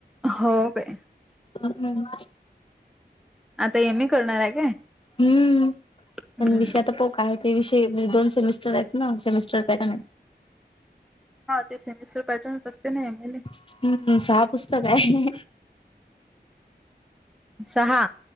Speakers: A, in the centre; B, on the left.
A: हो बाई
B: <unintelligible>
A: आता एमए करणार काय आहे.
B: हम्म
A: हम्म
B: पण विषय आता पो काय होत विषय म्हणजे दोन सेमिस्टर आहेत ना सेमिस्टर पॅटर्न आहेत.
A: हा ते सेमेशर पॅटर्नच असते नाही मले.
B: हम्म हम्म सहा पुस्तक आहे.
A: सहा